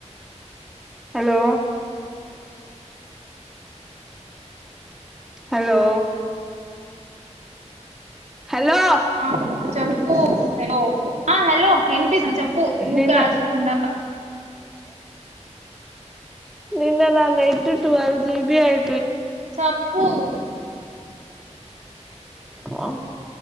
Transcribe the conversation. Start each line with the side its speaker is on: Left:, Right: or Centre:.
Centre: హలో హలో హలో
Right: ఆ చెప్పు హలో ఆ హలో వినిపిస్తాను చెప్పు ఊక
Centre: నిన్న
Right: ఆరచకుండా
Centre: నిన్న న నెట్ ట్వల్వ్ జిబి అయి
Right: చెప్పు
Centre: ఆ